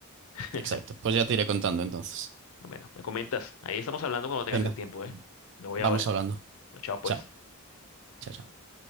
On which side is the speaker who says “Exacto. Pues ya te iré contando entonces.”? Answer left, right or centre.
Right